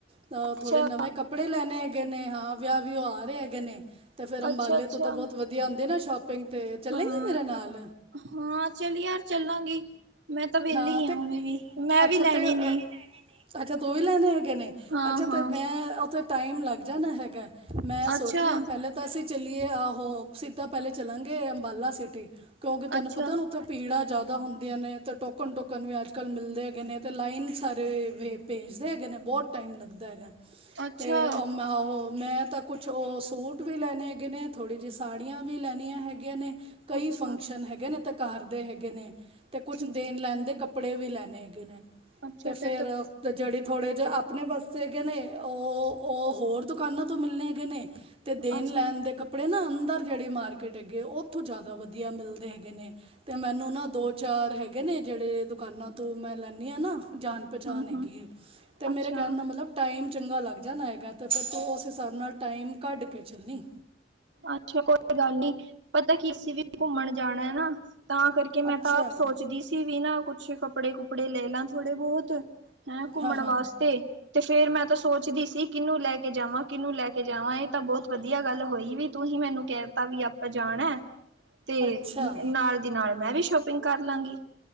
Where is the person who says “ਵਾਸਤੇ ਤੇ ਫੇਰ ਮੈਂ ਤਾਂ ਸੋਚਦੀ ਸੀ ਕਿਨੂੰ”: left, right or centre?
Right